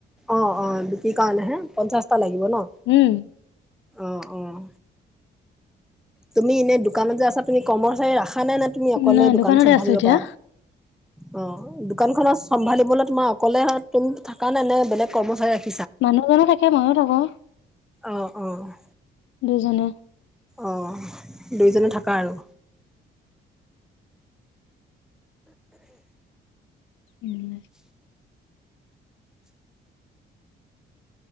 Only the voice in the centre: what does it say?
অ', অ', দুটি কাৰণে হে, পঞ্চাশ া লাগিব ন?
অঁ অঁ। তুমি এনে দোকানত যে আছা তুমি কৰ্মচাৰী ৰখা নাই নে তুমি অকলে
দোকান
চম্ভালিব
পাৰা? অ, দোকানখনত চম্ভালিবলৈ তোমাৰ অকলে তুম থকা নে নে বেলেগ কৰ্মচাৰী ৰা
অ', অ'।
অঁ। দুইজনে থাকা আৰু।